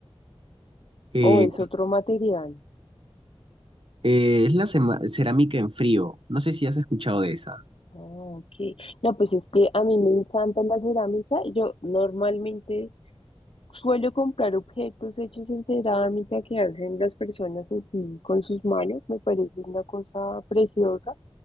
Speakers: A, on the right; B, on the left.
A: Eh,
B: o es
A: cu-
B: otro material?
A: eh, es la sema- cerámica en frío. No sé si has escuchado de esa.
B: Ah, ok. No, pues es que a mí me encanta la cerámica. Yo normalmente suelo comprar objetos hechos en cerámica que hacen las personas así con sus manos. Me parece una cosa preciosa.